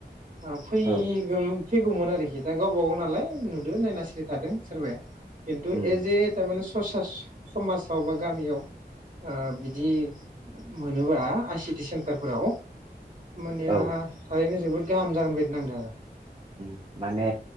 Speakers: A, on the right; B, on the right.
A: आ फै
B: औ
A: गोम फैगौमोन आरोखि दा गावबागाव नालाय नुदो नायना सिरि थादों सोरबाया। खिन्थु
B: उम
A: ए जे थारमाने स ससास समाजाव बा गामियाव ओ बिदि मोनोबा आइ सि टि सेन्टार फोराव होमबानिया
B: औ
A: थारैनो जोबो बुहुद गाहाम जागोन बायदि नांदों आरो।
B: ओम माने